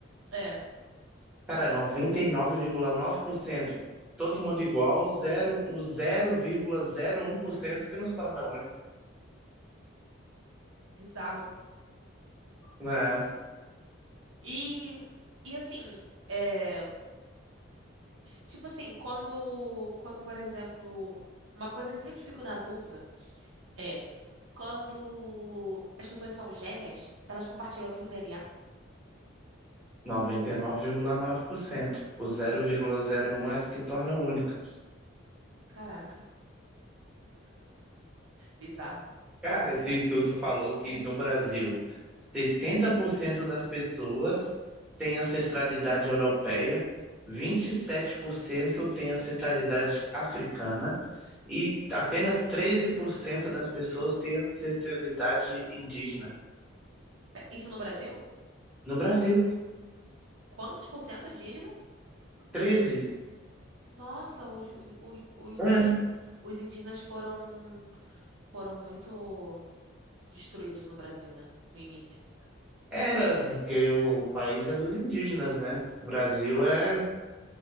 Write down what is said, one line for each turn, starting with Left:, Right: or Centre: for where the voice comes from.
Right: É.
Centre: Cara, 99,9%, todo mundo igual, zero, o 0,01% que nos torna único.
Right: Bizarro.
Centre: É,
Right: E, e assim, é, tipo assim, quando, quando, por exemplo, uma coisa que eu sempre fico na dúvida é quando as pessoas são gêmeas, elas compartilham o mesmo DNA?
Centre: 99,9%. O 0,01% é as que tornam única.
Right: Caraca. Bizarro.
Centre: Cara, esse estudo falou que no Brasil, 60% das pessoas têm ancestralidade europeia, 27% têm ancestralidade africana e apenas 13% das pessoas têm ancestralidade indígena.
Right: É, Isso no Brasil?
Centre: No Brasil,
Right: Quantos por cento indígena?
Centre: treze.
Right: Nossa, os, os, os,
Centre: É,
Right: indígenas, os indígenas foram foram muito. destruídos no Brasil, né? No início.
Centre: era, porque o país é dos indígenas, né? O Brasil é.